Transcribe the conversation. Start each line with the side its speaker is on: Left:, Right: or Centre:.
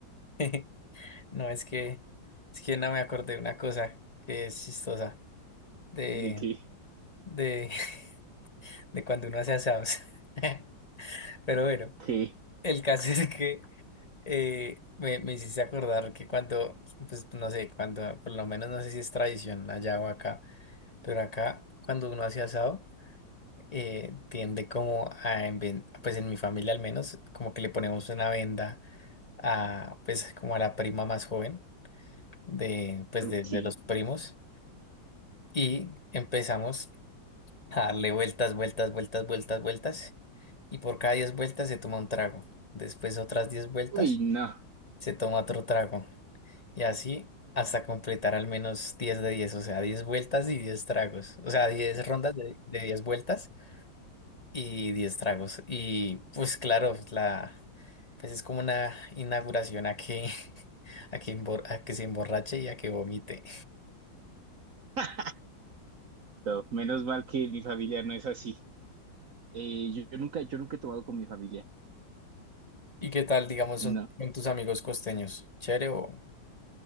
Left: <laughs> No, es que, es que no me acordé de una cosa que es chistosa de,
Right: de que,
Left: de, <laughs> de cuando uno hace asados. <laughs> Pero bueno,
Right: que,
Left: el caso es que eh, me, me hiciste acordar que cuando, pues no sé, cuando, por lo menos no sé si es tradición allá o acá. Pero acá, cuando uno hace asado, eh, tiende como a, inven- pues en mi familia al menos, como que le ponemos una venda a, pues como a la prima más joven de, pues
Right: ok,
Left: de, de los primos y empezamos a darle vueltas, vueltas, vueltas, vueltas, vueltas y por cada 10 vueltas se toma un trago. Después otras diez vueltas
Right: uy, no,
Left: se toma otro trago y así hasta completar al menos diez de diez o sea, 10 vueltas y 10 tragos, o sea, 10 rondas de, de 10 vueltas y 10 tragos. Y pues claro, la, pues es como una inauguración a que, <laughs> a que, embor- a que se emborrache y a que vomite.
Right: <laughs> no, menos mal que mi familia no es así. Eh, yo, yo nunca, yo nunca he tomado con mi familia,
Left: ¿Y qué tal, digamos,
Right: no.
Left: son, con tus amigos costeños? ¿Chévere o,